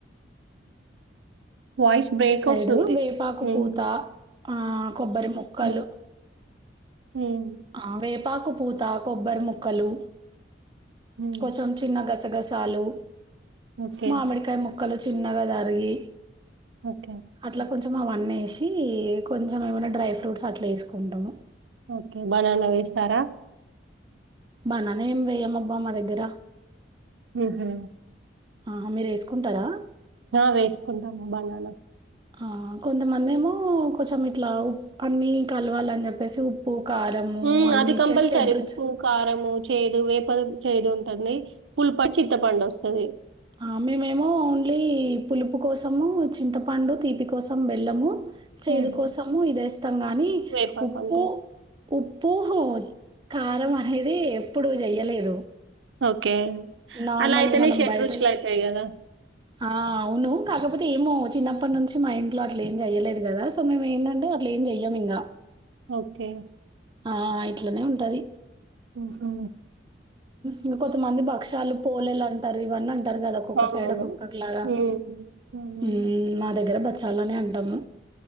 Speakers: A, on the right; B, on the right.
A: వాయిస్ బ్రేక్
B: సైడు
A: ఒస్తుంది.
B: వేపాకు
A: హ్మ్.
B: పూత ఆ కొబ్బరి ముక్కలు
A: హ్మ్. హ్మ్.
B: ఆ వేపాకు పూత కొబ్బరి ముక్కలు
A: హ్మ్.
B: కొంచెం చిన్న గసగసాలు
A: ఓకే.
B: మామిడికాయ ము ముక్కలు చిన్నగా తరిగి
A: ఓకే
B: అట్లా కొంచెం అవన్నేసి కొంచెం ఏమైనా డ్రై ఫ్రూట్స్ అట్లా ఎసుకుంటము
A: ఓకే బనానా వేస్తారా
B: బానానే ఏం వేయమబ్బా మా దగ్గర
A: ఉహు
B: ఆహా మీరు వేసుకుంటారా
A: ఆ వేసుకుంటాము బనానా
B: ఆ కొంతమంది ఏమో కొంచెం ఇట్లా ఉ అన్ని కలవాలని చెప్పేసి ఉప్పు కారము
A: ఉమ్
B: అన్నీ
A: అది కంపల్సరి
B: చెడ్ చెడ్ రుచు
A: ఉప్పు కారంము చేదు వేప చేదు ఉంటుంది పుల్పా చింతపండు వస్తుంది
B: ఆ! మేమేమో ఓన్లీ పులుపు కోసము చింతపండు తీపి కోసం బెల్ళము చేదు
A: హుహు.
B: కోసము ఇదేస్తాం గానీ
A: వేపాకంతే.
B: ఉప్పు ఉప్పు పూహు కారం అనేది ఎప్పుడు చెయ్యలేదు
A: ఓకే.
B: నార్మల్గా
A: అలా అయితేనే
B: మనం
A: షడ్‌రుచులయితాయి
B: బయట
A: గదా!
B: ఆ అవును కాకపోతే ఏమో
A: హ్మ్.
B: చిన్నప్ప నుం చి మా ఇంట్లో అట్ల ఏం చెయలేదు కదా సో మేము ఏందంటే అట్ల ఏం చెయ్యాం ఇంగా
A: ఓకే
B: ఆ ఇట్లనే ఉంటుంది.
A: హుహు.
B: ఇంకా కొంతమంది పక్షాలు పోలేలు అంటారు ఇవన్నీ టారు కదా ఒక్కొక్క
A: అవునవును.
B: సైడ్ ఒక్కొక్కలాగా
A: హ్మ్. హ్మ్.
B: ఉమ్ మా దగ్గర బ చాలానే అంటాము